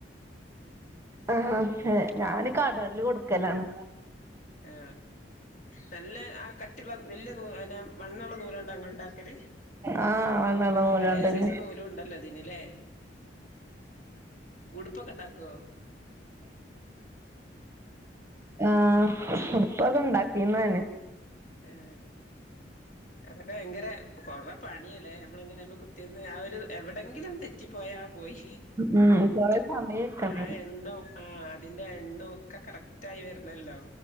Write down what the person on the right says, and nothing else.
ആ ഞാന് കടേല് കൊടുക്കലാണ്.
ആഹ് വന്നള്ള നൂലോണ്ടന്നെ
ആ ഉടുപ്പക്ക ഇണ്ടാക്കിന്ന്നെ
ഉം കൊറേ സമയക്കണേ